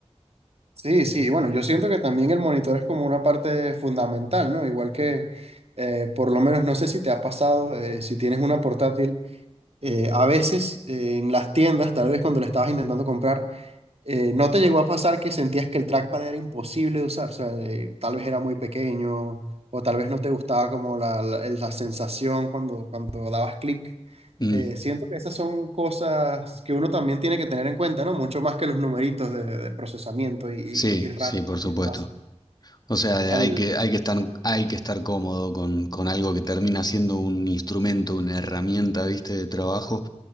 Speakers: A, on the right; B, on the left.
A: Sí, sí, bueno, yo siento que también el monitor es como una parte fundamental, ¿no? Igual que, eh, por lo menos, no sé si te ha pasado, eh, si tienes una portátil. eh, a veces eh, en las tiendas, tal vez cuando la estabas intentando comprar, eh, ¿no te llegó a pasar que sentías que el trackpad era imposible de usar? O sea, eh, tal vez era muy pequeño o tal vez no te gustaba como la, la- el- la sensación cuando, cuando dabas clic.
B: Mm,
A: Eh, siento que esas son cosas que uno también tiene que tener en cuenta, ¿no? Mucho más que los numeritos de, de procesamiento y, y,
B: sí,
A: y RAM
B: sí, por supuesto.
A: y espacio.
B: O sea, de-
A: Al,
B: hay que, hay que estar, hay que estar cómodo con, con algo que termina siendo un instrumento, una herramienta, ¿viste? De trabajo.